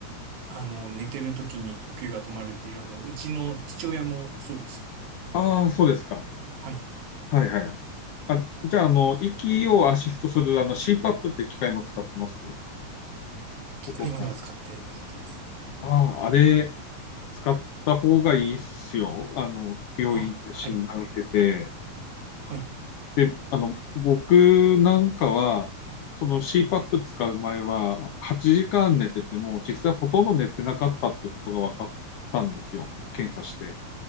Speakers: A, on the right; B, on the left.
A: あの、寝てる時に呼吸が止まるっていう、あの、うちの父親もそうでした。
B: ああー、そうですか。
A: はい。
B: はいはいはい。あ、じゃあ、あの、息をアシストするあの CPAP って機械も使ってます
A: 機械までは使ってなかったです。
B: お父さん。ああー、あれ、使った方がいいっすよ。あの、病院で診断受けて。
A: あ、はい、はい。
B: で、あの、僕なんかは、その CPAP 使う前は、8時間寝てても、実際ほとんど寝てなかったってことが分かったんですよ。検査して。